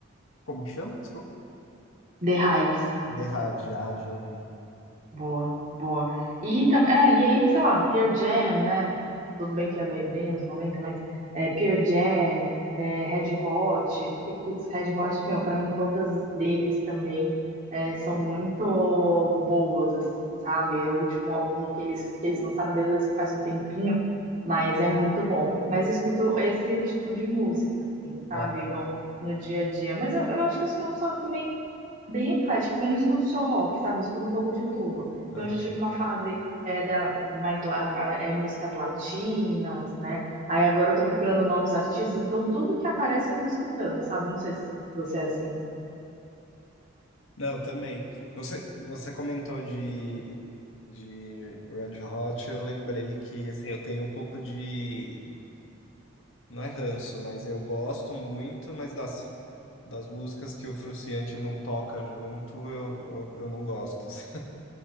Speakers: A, on the left; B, on the right.
A: Como que chama? Desculpa.
B: The Hives.
A: The Hive, já, já ouvi.
B: Boa, boa. E também, é, e aí, sei lá, Pearl Jam, né? Tudo bem que é bem bem anos 90, mas é, Pearl Jam, é, Red Hot, porque, putz, Red Hot, meu, pra mim todas as deles também é, são muito boas, assim, sabe? É O último álbum que eles, que eles lançaram, beleza, que faz um tempinho, mas é muito bom. Mas eu escuto esse tipo de música, assim, sabe?
A: Ah, legal.
B: No, no dia a dia. Mas eu, eu acho que eu sou uma pessoa que também bem eclética, porque eu não escuto só rock, sabe? Eu escuto um pouco de tudo. Então,
A: Aham.
B: eu já tive uma fase é, da, mais la- é, músicas latinas, né? Aí agora eu tô procurando novos artistas, então tudo que aparece eu tô escutando, sabe? Não sei se você é assim.
A: Não, também. Você, você comentou de, de Red Hot, eu lembrei que assim, eu tenho um pouco de. Não é ranço, mas eu gosto muito, mas das, das músicas que o Fruciante não toca junto, eu, eu, eu não gosto. assim,